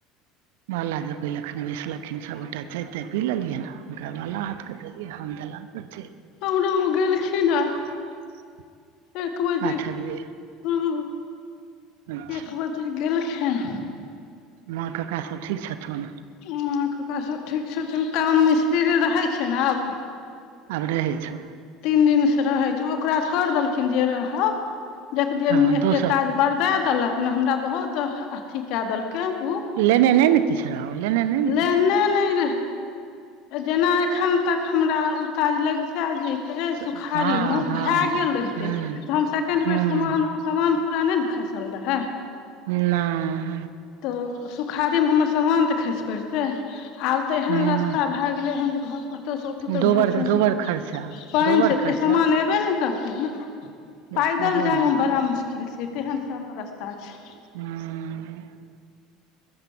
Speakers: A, on the right (about 65°); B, on the left (about 55°).
A: माला जपय लै अखने बैसलखिन सभगोटा चाय ताय पी लेलियनि हुनकरा माला हाथके देलियै हम <unintelligible>
B: हमरा ओ गेलखिन आइ एक बजे
A: पाठरियै
B: हँ
A: अच्छा
B: एक बजे गेलखिन
A: माँ कका सब ठीक छथुन
B: माँ कका सभ ठीक छथिन काम मिस्त्री रहै छै ने आब
A: आब रहै छौ
B: तीन दिन से रहे छै ओकरा छोड़ देल देखिन जे रह देख दिय
A: हँ
B: एते
A: दोसर
B: काज बरदा देलक ने हमरा बहुत अथी कै दलके उ
A: लेने नइ ने किछु रह लेने नइ ने
B: लेने
A: किछु
B: नहि जेना एखन तक हमरा ओ काज लग जेतै सुखाड़ीमे
A: हँ हँ
B: भए गेल रहितै
A: हूँ
B: तऽ हम सेकेंड
A: हूँ
B: बेर समान सामान पूरा नहि ने खसल रहै
A: ना
B: तऽ सुखाड़ी मे हमर समान तऽ खसि पड़तै आब तेहन
A: हँ
B: रास्ता भए गेले हेन जे घर ओतय से ओत तक
A: दोबर
B: भरि ठेहून
A: दोबर खर्चा
B: पानि
A: दोबर
B: छै
A: खर्चा
B: सामान अयबे ने करतै ने
A: एगो
B: पैदल जाय
A: नहि
B: में
A: कोइ।
B: बड़ा मुश्किल छै तेहन सब रस्ता छै
A: हूँ